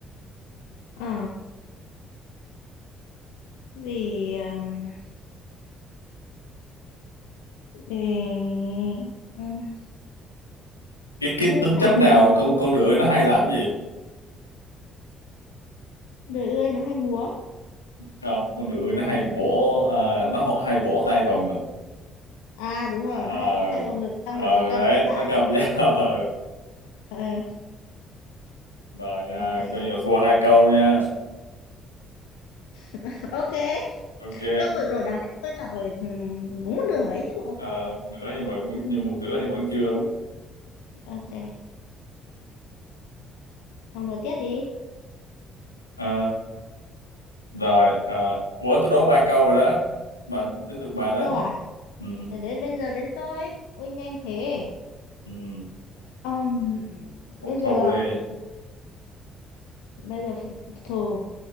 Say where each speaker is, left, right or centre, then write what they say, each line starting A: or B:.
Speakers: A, on the left; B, on the left.
A: Ờ, vì ừm, vì ừm,
B: cái cái
A: nó như
B: tính
A: thế nào
B: chất nào con con ngựa nó hay làm cái gì
A: đười ươi nó hay múa
B: không con ngựa nó hay vỗ à, nó hổ- hay vỗ tay vào ngực
A: à đúng rồi
B: À, ờ
A: nó hay vỗ tay vào ngực xong
B: ờ
A: rồi nó cầm
B: đấy
A: cái dao
B: nó cầm
A: xong rồi
B: dao
A: nó vỗ
B: <laughs>
A: ngực
B: ờ
A: Ờ,
B: rồi nha
A: ok
B: coi như là thua hai câu nha
A: <laughs> ok
B: ok
A: câu vừa rồi đáng lẽ tôi trả lời ừm, đúng một nửa đấy chứ bộ
B: Ờ, một nửa nhưng mà vẫn nhưng một nửa thì vẫn chưa đúng
A: ok còn đố tiếp đi
B: Ờ, rồi ờ, ủa tôi đố ba câu rồi đó bà đến được bà đó
A: câu à
B: ừ,
A: thế đến bây giờ đến tôi ui nhanh thế
B: ừ, ừ.
A: Ừm,
B: phục
A: bây giờ
B: thù đi
A: bây giờ phục thù